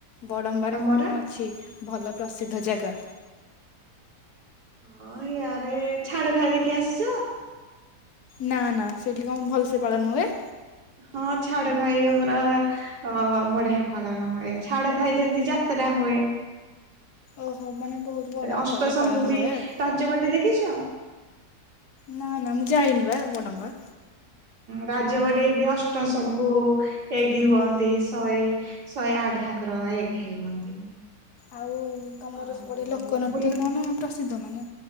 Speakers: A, on the left; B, on the right.
A: ବଡମ୍ବାରେରେ
B: ତମର?
A: କଣ ଅଛି ଭଲ? ପ୍ରସିଦ୍ଧ ଜାଗା।
B: ହଁ ଇୟାଡେ ଛାଡ ଖାଇ ଦେଖି ଆସିଛ?
A: ନା ନା ସେଇଠି କଣ ଭଲସେ ପାଳନ ହୁଏ?
B: ହଁ ଛାଡ ଘାଇ ଆମର ଅ ବଢିଆ ପାଲନ ହୁଏ ଛାଡ ଘାଇ ଯେମତି ଯାତ୍ରା ହୁଏ।
A: ଓହୋ ମାନେ ବହୁତ ବଡ଼ ଆକାରରେ
B: ଅଷ୍ଟସମ୍ଭୁ
A: ପାଳନ
B: ବି
A: ହୁଏ ଆଉ
B: ତାଯ୍ୟ ବାଟି ଦେଖିଛ?
A: ନା ନା ମୁଁ ଯାଇନି ବା ବଡ। ଆ
B: ରାଜବାଡିଠି ଅଷ୍ଟ ଶମ୍ଭୁ ଏକ ହୁଅନ୍ତି ଶହେ ଶହେ ଆଠ ଠାକୁର ଏକ ହୁଅନ୍ତି।
A: ଆଉ ତମର
B: ଆଉ
A: ସବୁପଟେ ଲୋକ ନୃତ୍ୟ
B: ବୁଲ
A: କଣ ପ୍ରସିଦ୍ଧ ମାନେ